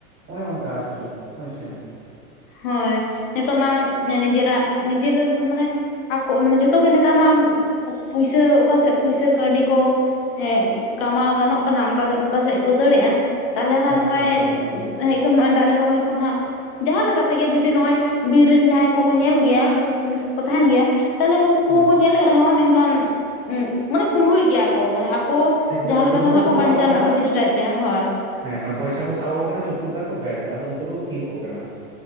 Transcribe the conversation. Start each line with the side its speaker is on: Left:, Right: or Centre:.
Right: ᱚᱱᱮ ᱚᱱᱠᱟ ᱠᱟᱨᱠᱤ ᱦᱳᱭ ᱥᱮ
Left: ᱦᱳᱭ ᱱᱤᱛᱚᱜ ᱢᱟ ᱱᱤᱡᱮᱨᱟᱜ ᱱᱤᱡᱮᱨ ᱢᱟᱱᱮ ᱟᱠᱚ ᱢᱟᱱᱮ ᱡᱚᱛᱚ ᱜᱮ ᱱᱮᱛᱟᱨ ᱢᱟ ᱯᱩᱭᱥᱟᱹ ᱚᱠᱟᱥᱮᱫ ᱯᱩᱭᱥᱟᱹ ᱠᱟᱹᱣᱰᱤ ᱠᱚ ᱦᱮᱸ ᱠᱟᱢᱟᱣ ᱜᱟᱱᱚᱜ ᱠᱟᱱᱟ ᱚᱱᱠᱟ, ᱚᱱᱠᱟ ᱥᱮᱫ ᱠᱚ ᱫᱟᱹᱲᱮᱜᱼᱟ ᱛᱟᱦᱚᱞᱮ ᱫᱚ
Right: ᱮᱠᱫᱚᱢ
Left: ᱱᱚᱜᱼᱚᱭ
Right: ᱮᱠᱫᱚᱢ
Left: ᱮᱠᱫᱚᱢ ᱱᱚᱜᱚᱭ ᱫᱟᱨᱮ ᱨᱚᱦᱚᱭ ᱠᱚ ᱱᱟᱜ ᱡᱟᱦᱟᱸ ᱞᱮᱠᱟ ᱛᱮᱜᱮ ᱡᱩᱫᱤ ᱱᱚᱜᱼᱚᱭ ᱵᱤᱨ ᱨᱮᱱ ᱡᱟᱦᱟᱸᱭ ᱠᱚᱠᱚ ᱧᱮᱞ ᱜᱮᱭᱟ ᱩᱱᱠᱩ ᱯᱩᱞᱤᱥ ᱠᱚ ᱛᱟᱦᱮᱱ ᱜᱮᱭᱟ- ᱛᱟᱦᱞᱮ ᱩᱱᱠᱩ ᱠᱚᱦᱚᱸ
Right: ᱦᱮᱸ
Left: ᱠᱚ ᱧᱮᱞᱮᱫ ᱨᱮᱦᱚᱸ ᱢᱮᱱᱠᱷᱟᱱ, ᱢᱟᱱᱮ ᱠᱩᱸᱵᱽᱲᱩᱡ ᱜᱮᱭᱟ ᱠᱚ ᱢᱟᱱᱮ ᱟᱠᱚ
Right: ᱮᱠᱫᱚᱢ
Left: ᱡᱟᱦᱟᱸ
Right: ᱮᱠᱫᱚᱢ
Left: ᱞᱮᱠᱟ ᱫᱚ
Right: ᱩᱱᱠᱩ
Left: ᱦᱟᱸᱜ ᱠᱚ
Right: ᱥᱟᱵ
Left: ᱵᱟᱧᱪᱟᱣ
Right: ᱟᱠᱚ
Left: ᱨᱮᱱᱟᱜ
Right: ᱠᱟᱱᱟ
Left: ᱠᱚ ᱪᱮᱥᱴᱟᱭᱮᱫ ᱜᱮᱭᱟ ᱦᱳᱭ᱾
Right: ᱦᱮᱸ ᱢᱟ ᱯᱚᱭᱥᱟ ᱠᱚ ᱥᱟᱵ ᱟᱠ ᱠᱟᱱᱟ ᱪᱩᱯᱩᱫ ᱫᱟᱠᱚ ᱵᱮᱥ ᱟᱫᱚ ᱩᱱᱠᱩ ᱫᱚᱠᱚ ᱛᱷᱤᱨ ᱠᱚᱜ ᱠᱟᱱᱟ᱾